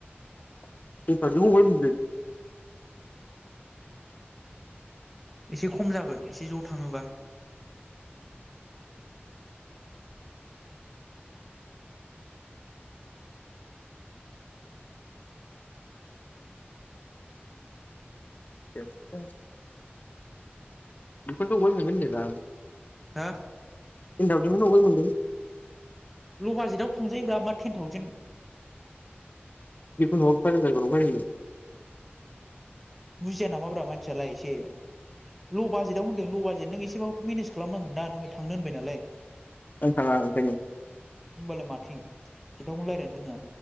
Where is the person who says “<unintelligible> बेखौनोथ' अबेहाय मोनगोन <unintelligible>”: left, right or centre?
Left